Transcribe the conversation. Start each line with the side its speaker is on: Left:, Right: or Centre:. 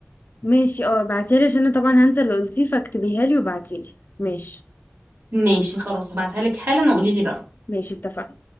Left: ماشي اه بعتيلي عشان انا طبعا هنسى اللي قلتيه فاكتبيها لي وبعتيلي ماشي
Right: ماشي خلاص هبعتها لك حالا وقولي لي رأيك
Left: ماشي اتفقنا